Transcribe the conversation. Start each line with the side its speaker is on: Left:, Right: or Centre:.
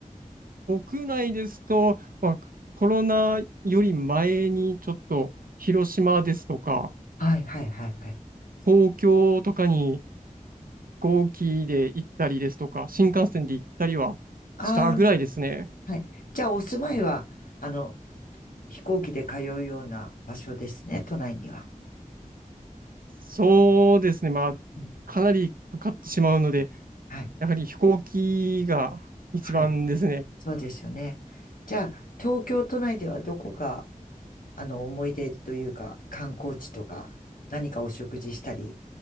Right: 国内ですと、まあ、コロナより前にちょっと広島ですとか、
Left: はい、はい、はい、はい。
Right: 東京とかに飛行機で行ったりですとか、新幹線で行ったりはしたぐらいですね。
Left: ああ、はい。じゃあ、お住まいは、あの、飛行機で通うような場所ですね、都内には。
Right: そうですね、まあ、
Left: うん
Right: かなりかかってしまうので、
Left: はい。
Right: やはり飛行機が一番ですね。
Left: はい。そうですよね。じゃあ、東京都内ではどこが、あの、思い出というか、観光地とか、何かお食事したり、